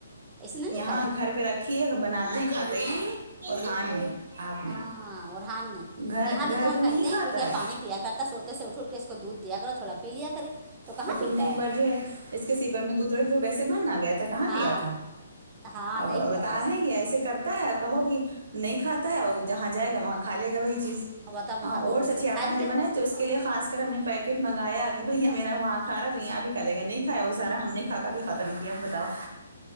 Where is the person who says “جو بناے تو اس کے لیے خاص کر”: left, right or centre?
Right